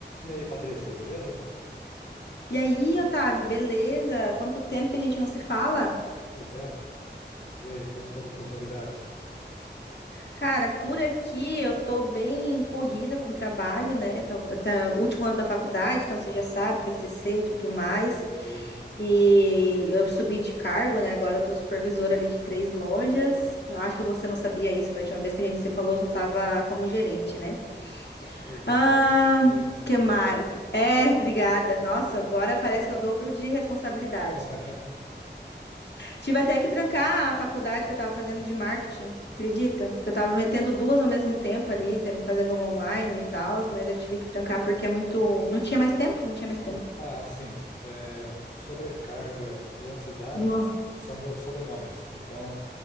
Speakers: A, on the left; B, on the left.
A: E aí, Patrícia, beleza?
B: E aí, Otávio, beleza? Quanto tempo que a gente não se fala?
A: Pois é. E aí, quais que são as últimas novidades?
B: Cara, por aqui eu tô bem corrida com trabalho, né? Tá, tá último ano da faculdade, então você já sabe, TCC e tudo mais.
A: Sei, sim.
B: E eu subi de cargo, né? Agora eu tô supervisora ali de três lojas. Eu acho que você não sabia isso da última vez que a gente se falou, eu só tava como gerente, né?
A: Pois
B: Ah,
A: é. Parabéns.
B: que mais? É, obrigada. Nossa, agora parece que eu dobro de responsabilidade.
A: <laughs>
B: Tive até que trancar a faculdade que eu tava fazendo de marketing, acredita? Que eu tava metendo duas ao mesmo tempo ali, tem- fazendo uma online e tal, mas eu tive que trancar porque é muito. Não tinha mais tempo, não tinha mais tempo.
A: Ah, sim. É, sobrecarga e ansiedade
B: Nossa.
A: são meus sobrenomes. Então,